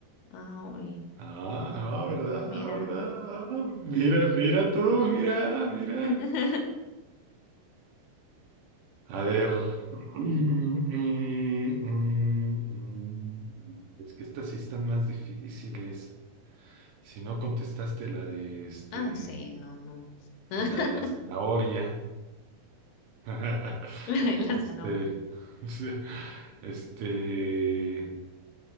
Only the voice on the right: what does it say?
Ah, ah, ¿verdad?
Ah, ¿verdad? Ah, mira, mira tú, mira, mira.
A ver. mm, mm, mm, mm. mm, Es que estas sí están más difíciles. Si no contestaste la de este,
la de la zanahoria. <laughs>
Este,
sí, este,